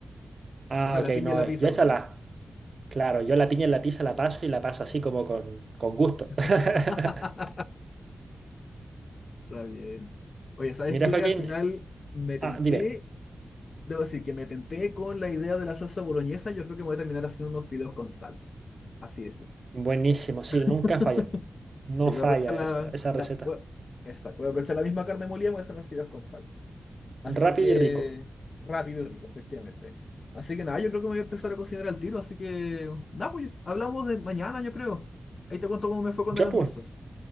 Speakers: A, on the right; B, on the left.
A: Ah,
B: O sea, la
A: ok,
B: piña
A: no,
B: en la pizza,
A: yo esa
B: perdón.
A: la, claro, yo la piña en la pizza la paso y la paso así como con, con gusto.
B: <laughs>
A: <laughs>
B: Está bien. Oye, ¿sabes
A: Mira,
B: qué?
A: Joaquín,
B: Al final me tenté,
A: ah, dime,
B: debo decir que me tenté con la idea de la salsa boloñesa. Yo creo que me voy a terminar haciendo unos fideos con salsa. Así es.
A: buenísimo, sí,
B: <laughs>
A: nunca falla, no
B: Sí, voy
A: falla
B: a aprovechar la,
A: esa, esa
B: la-
A: receta.
B: voy- exacto, voy a aprovechar la misma carne molida, y voy a hacer unos fideos con salsa. Así
A: Rápido
B: que
A: y rico.
B: rápido y rico, efectivamente. Así que nada, yo creo que me voy a empezar a cocinar al tiro, así que nada, pues hablamos de mañana, yo creo. Ahí te cuento cómo me fue con
A: Ya,
B: el almuerzo.
A: pues,